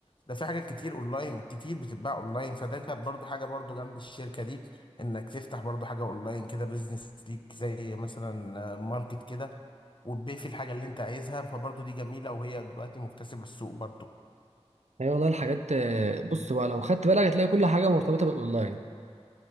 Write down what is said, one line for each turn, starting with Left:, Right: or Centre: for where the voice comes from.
Left: ده في حاجات كتير اونلاين كتير بتتباع اونلاين فده كانت برضو حاجه برضو جنب الشركه دي انك تفتح برضو حاجه اونلاين كده بزنس ليك زي مثلا آه، ماركت كده وتبيع فيه الحاجه اللي انت عايزها فبرضو دي جميله وهي دلوقتي مكتسبه السوق برضو
Right: هي والله الحاجات آه، بص بقى لو خدت بالك هتلاقي كل حاجه مرتبطه بالاونلاين